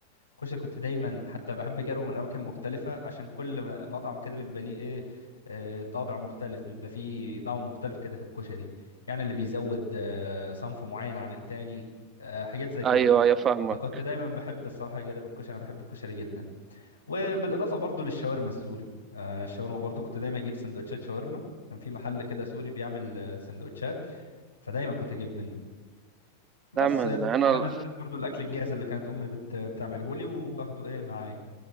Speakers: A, on the left; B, on the right.
A: الكشري كنت دايما حتى بحب اجربه من اماكن مختلفه عشان كل م- مطعم كده بيبقى ليه ايه آه، طابع مختلف بيبقى فيه طعم مختلف كده في الكشري يعني اللي بيزود آه، صنف معين عن التاني آه، حاجات زي كده
B: ايوه يا فاهمه
A: فكنت دايما بحب الصراحه اجرب الكشري انا بحب الكشري جدا وبالاضافه برضو للشاورما السوري آه، الشاورما برضو كنت دايما اجيب سندوتشات شاورما كان في محل كده سوري بيعمل آه، سندوتشات فدايما كنت اجيب منه بس
B: نعم انا
A: آه، فيما عدا ذلك برضو الاكل الجاهز اللي كانت امي بت... بتعمله لي وباخده ايه معايا